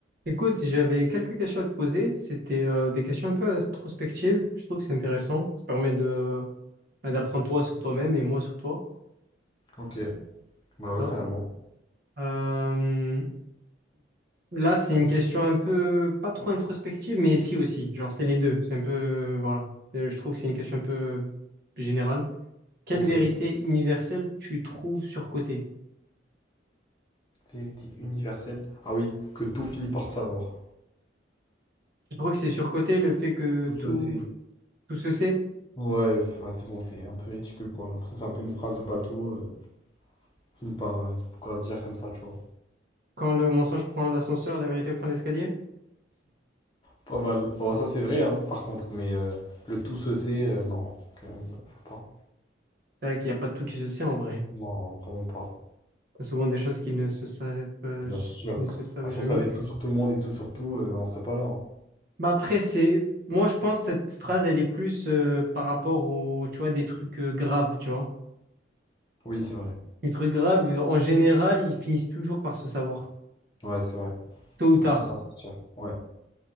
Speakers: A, on the right; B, on the left.
A: Écoute, j'avais quelques questions à te poser. C'était euh, des questions un peu introspectives. Je trouve que c'est intéressant. Ça permet de bah, d'apprendre toi sur toi-même et moi sur toi.
B: Ok, bah
A: Tu
B: ouais,
A: vois.
B: carrément.
A: Euh, là, c'est une question un peu pas trop introspective, mais si aussi. Genre, c'est les deux. C'est un peu voilà. Euh, Je trouve que c'est une question un peu générale. Quelle
B: Ok,
A: vérité universelle tu trouves surcotée?
B: vérité universelle. Ah oui, que tout finit par savoir.
A: Je trouve que c'est surcoté le fait que
B: Tout se
A: tout
B: sait.
A: tout se sait?
B: Ouais, enfin, c'est bon, c'est un peu ridicule quoi. J'ai l'impression que c'est un peu une phrase de bateau. euh, finit par euh, pourquoi dire comme ça, tu vois.
A: Quand le mensonge prend l'ascenseur, la vérité prend l'escalier?
B: Pas mal. Bon, ça c'est vrai, hein, par contre, mais euh, le tout se sait, euh, non, quand même, euh, faut pas.
A: C'est vrai qu'il n'y a pas tout qui se sait en vrai.
B: Non, vraiment pas.
A: T'as souvent des choses qui ne se savent, euh,
B: Bien
A: j-
B: sûr.
A: ne se savent
B: Ah, si
A: jamais.
B: on savait tout sur tout le monde et tout sur tout, euh, on serait pas là. hein.
A: Mais après, c'est, moi, je pense que cette phrase, elle est plus euh, par rapport aux, tu vois, des trucs euh, graves, tu vois.
B: Oui, c'est vrai.
A: Les trucs graves, en général, ils finissent toujours par se savoir,
B: Ouais, c'est vrai.
A: tôt ou
B: Ça
A: tard.
B: finit par sortir. Ouais,